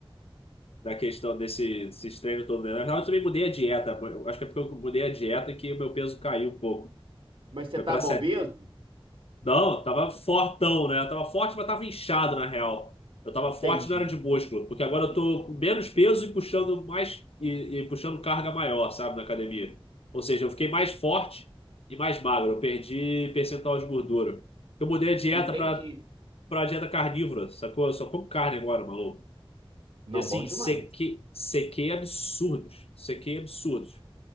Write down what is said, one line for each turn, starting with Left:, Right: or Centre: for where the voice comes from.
Left: da questão desse, desses treinos todo. Na verdade, eu também mudei a dieta. Eu acho que é porque eu mudei a dieta que o meu peso caiu um pouco.
Right: Mas você
Left: Foi
Right: tava
Left: para
Right: obeso?
Left: Não, tava fortão, né? Tava forte, mas tava inchado, na real. Eu tava forte
Right: Entendi.
Left: não era de músculo, porque agora eu tô com menos peso e puxando mais e, e puxando carga maior, sabe, na academia. Ou seja, eu fiquei mais forte e mais magro. Eu perdi percentual de gordura. Eu mudei a dieta
Right: Entendi.
Left: pra, pra dieta carnívora, sacou? Eu só como carne agora, maluco.
Right: Não,
Left: E assim,
Right: bom demais.
Left: sequei, sequei absurdos. Sequei absurdos.